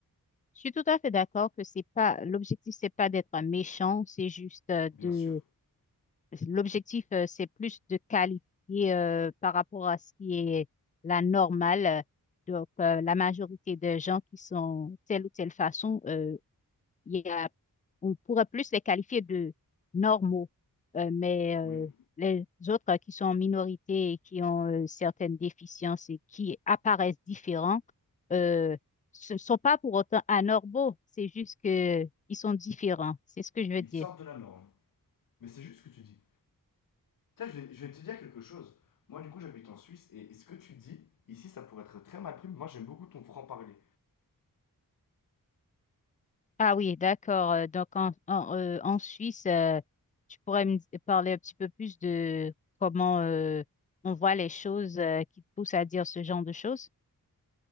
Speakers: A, on the left; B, on the left.
A: je suis tout à fait d'accord que c'est pas l'objectif, c'est pas d'être méchant, c'est juste euh,
B: Bien
A: de
B: sûr,
A: l'objectif, euh, c'est plus de qualifier euh, par rapport à ce qui est la normale. Donc, euh, la majorité des gens qui sont telle ou telle façon, euh, il y a, on pourrait plus les qualifier de normaux, Euh, mais euh,
B: oui,
A: les autres euh, qui sont en minorité et qui ont euh, certaines déficiences et qui apparaissent différents, euh, ce ne sont pas pour autant anormaux, c'est juste que ils sont différents, c'est ce que je veux
B: ils
A: dire.
B: sortent de la norme. Mais c'est juste ce que tu dis. Tiens, je vais, je vais te dire quelque chose. Moi, du coup, j'habite en Suisse et, et ce que tu dis, ici, ça pourrait être très mal pris, mais moi, j'aime beaucoup ton franc-parler.
A: Ah oui, d'accord. Euh, Donc en, en, euh, en Suisse, euh, tu pourrais me di- parler un petit peu plus de comment euh, on voit les choses euh, qui te poussent à dire ce genre de choses?